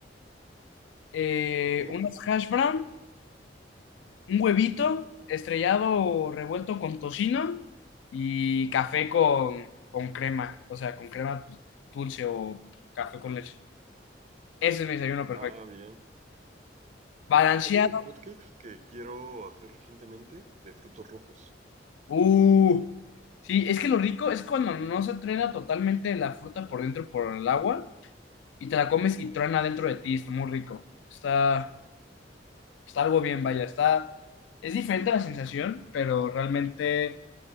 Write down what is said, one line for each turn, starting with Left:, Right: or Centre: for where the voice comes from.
Left: eh,
Right: Ajá.
Left: unas hash brown, un huevito estrellado o revuelto con tocino y café con, con crema, o sea, con crema pues, dulce o café con leche. Ese es mi desayuno perfecto.
Right: Ah, bien.
Left: Balanceado.
Right: Hay unos hotcakes que quiero hacer recientemente de frutos rojos.
Left: Uh, sí, es que lo rico es cuando no se truena totalmente la fruta por dentro por el agua y te la comes y truena dentro de ti, está muy rico. Está, Está algo bien, vaya, está... Es diferente la sensación, pero realmente